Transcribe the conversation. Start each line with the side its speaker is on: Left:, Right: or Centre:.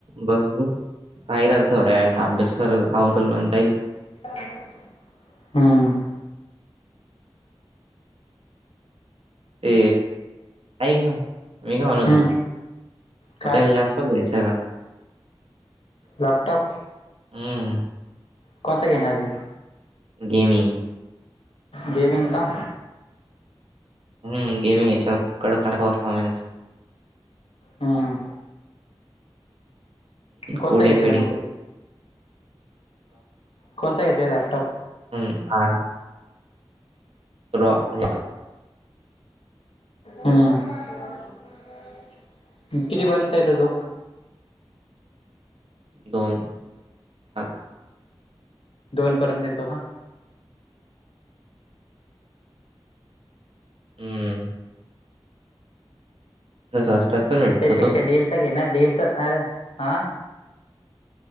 Right: बस पाहिला थोड्या वळ अभ्यास कराला आल म्हण जाईल
Left: ह् हम्म
Right: ते ऐक ना मी का म्हणत
Left: हम्म
Right: होतो
Left: काय
Right: आपल्या लॅप ्याचार
Left: लॅपटॉप
Right: हा
Left: कोणता घ येणार र
Right: गेमिंग
Left: गेमिंग का
Right: हम्म गेमिंगच्या प पर्फॉमेनस
Left: हम्म कोणता
Right: कोडिंग
Left: घेतोय
Right: मिडिंग
Left: मग कोणता घेतोय लॅपटॉप
Right: हम् हा र यात
Left: हम्म कितीपर्यंत येत तू
Right: दोन हख
Left: दोन पर्यंत येतो का
Right: हम्म तसं असतात पण भेटतो
Left: त्यापेक्षा
Right: तो.
Left: डीललच घे ना डडेलच अरे हा